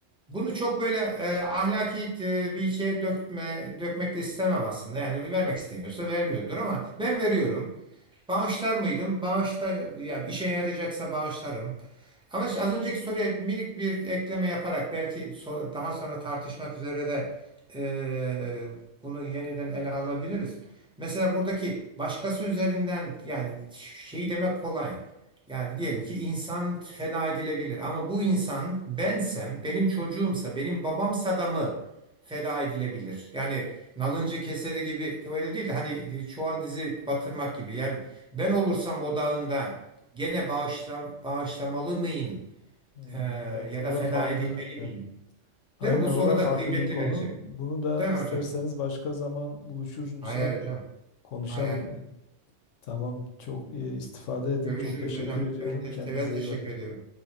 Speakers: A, in the centre; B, on the left (about 75°).
A: Bunu çok böyle e, ahlaki e, bir şeye dökme, dökmek de istemem aslında. Yani vermek istemiyorsa vermiyordur ama ben veriyorum. Bağışlar mıydım? Bağışla, ya işe yarayacaksa bağışlarım. Ama işte az önceki soruya minik bir ekleme yaparak belki so- daha sonra tartışmak üzere de e, bunu yeniden ele alabiliriz. Mesela buradaki başkası üzerinden yani şeyi demek kolay. Yani diyelim ki insan feda edilebilir ama bu insan bensem, benim çocuğumsa, benim babamsa da mı? feda edilebilir. Yani nalıncı keseri gibi öyle değil de hani çuval dizi batırmak gibi. Yani ben olursam odağında gene bağışla, bağışlamalı mıyım?
B: Hmm,
A: Ee,
B: evet
A: ya
B: o
A: da feda
B: da farklı
A: edilmeli
B: aynen.
A: miyim?
B: Aynen
A: Değil mi? Bu soru
B: o da
A: da
B: farklı
A: kıymetli
B: bir konu.
A: bence.
B: Bunu da
A: Değil mi
B: isterseniz
A: hocam?
B: başka zaman buluşursak
A: Hay hay hocam.
B: konuşalım.
A: Hay hay.
B: Tamam çok e, istifade edin.
A: Görüşürüz
B: Çok teşekkür
A: hocam.
B: ediyorum.
A: Ben, te
B: Kendinize
A: ben teşekkür
B: iyi bakın.
A: ediyorum.